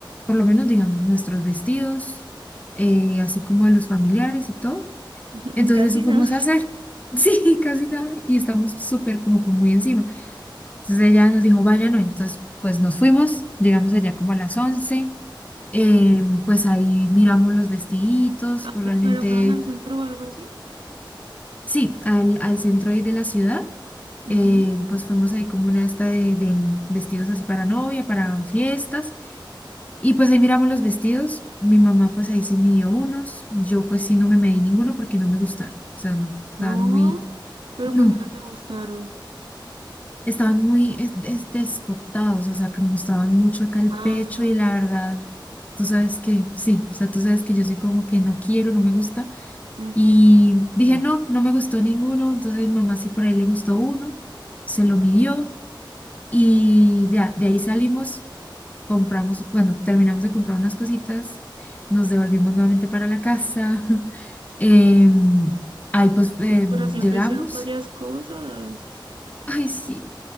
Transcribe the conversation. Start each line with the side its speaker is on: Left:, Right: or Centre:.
Left: por lo menos digamos, nuestros vestidos, eh, así como de los familiares y todo.
Right: sí.
Left: Entonces
Right: <laughs> Casi
Left: eso fuimos
Right: nada.
Left: a hacer. <laughs> Sí, casi nada. Y estamos súper como que muy encima. Entonces ella nos dijo, vayan hoy. Entonces pues nos fuimos, llegamos allá como a las once eh, pues ahí miramos los vestiditos,
Right: ¿A
Left: pues
Right: dónde
Left: realmente,
Right: fueron? ¿Fueron al centro o algo así?
Left: sí, al, al centro ahí de la ciudad.
Right: Ujú.
Left: eh, pues fuimos ahí como una esta de, de vestidos así para novia, para fiestas. Y pues ahí miramos los vestidos. Mi mamá pues ahí se midió unos. Yo pues sí no me medí ninguno porque no me gustaron. O sea, no, estaban
Right: No,
Left: muy...
Right: pero
Left: No,
Right: ¿por qué no te gustaron?
Left: estaban muy es- es- descotados, o sea, que mostraban mucho acá el
Right: Ah,
Left: pecho y la verdad, tú sabes que, sí, o sea, tú sabes que yo soy como que no quiero, no me gusta.
Right: ujú,
Left: Y
Right: Sí, sí, sí,
Left: dije,
Right: sí.
Left: no, no me gustó ninguno, entonces mi mamá sí por ahí le gustó uno, se lo midió y ya, de ahí salimos, compramos, bueno, terminamos de comprar unas cositas, nos devolvimos nuevamente para la casa. <laughs> em, ahí pues em,
Right: Pues, pero siempre
Left: llegamos.
Right: hicieron varias cosas.
Left: Ay, sí.